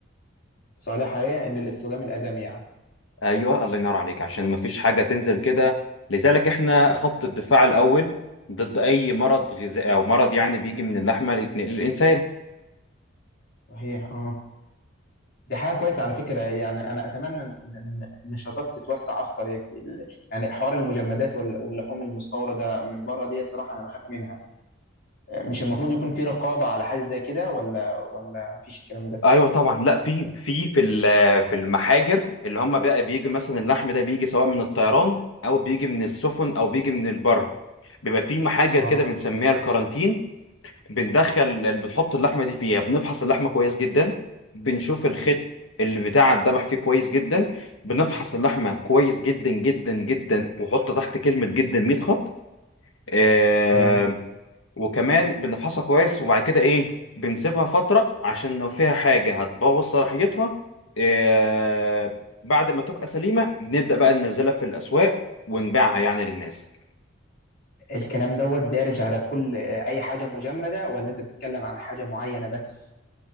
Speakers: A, on the left; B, on the left.
A: صالح حقيقة للاستخدام الآدمي يعني
B: ايوه الله ينور عليك عشان مفيش حاجه تنزل كده لذلك احنا خط الدفاع الاول ضد اي مرض غذائي او مرض يعني بيجي من اللحمه يتنقل للانسان
A: صحيح اه دي حاجة كويسة على فكرة يعني أنا أتمنى إن إن النشاطات تتوسع أكتر يك- ال- يعني حوار المجمدات وال- واللحوم المستوردة من بره دي صراحة أنا بخاف منها مش المفروض يكون في رقابة على حاجة زي كده ولا ولا مفيش الكلام ده
B: ايوه طبعا لا في في في ال- في المحاجر اللي هم بقى بيجي مثلا اللحم ده بيجي سواء من الطيران او بيجي من السفن او بيجي من البر بيبقى في محاجر
A: اه
B: كده بنسميها الكارانتين بندخل بنحط اللحمه دي فيها بنفحص اللحمه كويس جدا بنشوف الخيط اللي بتاع الذبح فيه كويس جدا بنفحص اللحمه كويس جدا جدا جدا وحط تحت كلمه جدا 100 خط آه
A: تمام
B: وكمان بنفحصها كويس وبعد كده ايه بنسيبها فتره عشان لو فيها حاجه هتبوظ صلاحيتها آه بعد ما تبقى سليمه نبدا بقى ننزلها في الاسواق ونبيعها يعني للناس
A: الكلام دوت دارج على كل أي حاجة مجمدة ولا أنت بتتكلم عن حاجة معينة بس